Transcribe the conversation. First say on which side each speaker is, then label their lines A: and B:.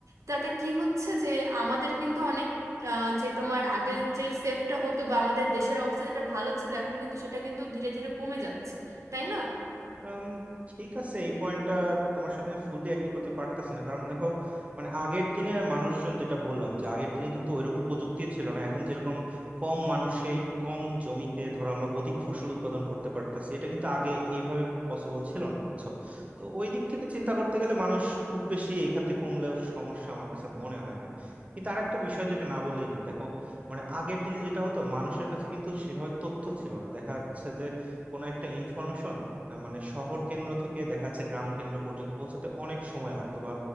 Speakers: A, on the right; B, on the right.
A: তাতে কি হচ্ছে যে আমাদের কিন্তু অনেক আহ, যে তোমার আগে যে সেফটা হতো বা আমাদের দেশের অবস্থা যেটা ভালো ছিল এখন কিন্তু সেটা কিন্তু ধীরে ধীরে কমে যাচ্ছে তাই না
B: উম, ঠিক আছে এই পয়েন্টটা তোমার সাথে আমি ফুললি এগ্রি করতে পারতাছি না কারণ দেখো মানে আগের দিনে মানুষজন যেটা বললাম যে আগের দিনে কিন্তু ওইরকম প্রযুক্তি ছিল না এখন যেরকম কম মানুষেই কম জমিতে ধরো আমরা অধিক ফসল উৎপাদন করতে পারতাছি এটা কিন্তু আগে এইভাবে পসিবল ছিল না বুঝছো তো ওই দিক থেকে চিন্তা করতে গেলে মানুষ খুব বেশি এই খাতে কমলেও সমস্যা আমার কাছে মনে হয় না কিন্তু আরেকটা বিষয় যেটা না বললেই না দেখো মানে আগের দিনে যেটা হতো মানুষের কাছে কিন্তু সেভাবে তথ্য ছিল না দেখা যাচ্ছে যে কোনো একটা ইনফরমেশন আহ, মানে শহর কেন্দ্র থেকে দেখা যাচ্ছে গ্রাম কেন্দ্র পর্যন্ত পৌঁছাতে অনেক সময় লাগতো বা